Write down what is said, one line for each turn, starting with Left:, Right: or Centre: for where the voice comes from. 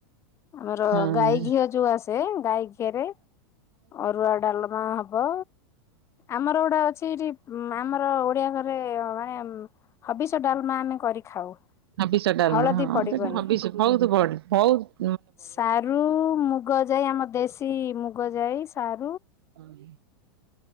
Left: ଆମର
Right: ହଁ ହଁ
Left: ଗାଈ ଘିଅ ଯୋଉ ଆସେ, ଗାଈ ଘିଅରେ ଅରୁଆ ଡାଲମା ହବ, ଆମର ଗୋଟାଏ ଅଛି ଇଠି ଆମର ଓଡ଼ିଆ ଘରେ ମାନେ ହବିଷ୍ୟ ଡାଲମା ଆମେ କରି ଖାଉ।
Right: ହବିଷ ଡାଲମା
Left: ହଳଦୀ
Right: ହଁ
Left: ପଡିବନି।
Right: ସେଟା ହବିଷ ବହୁତୁ ବଡ ବହୁତୁ
Left: ସାରୁ, ମୁଗ ଯାଇ ଆମ ଦେଶୀ ମୁଗ ଯାଇ ସାରୁ
Right: ହଁ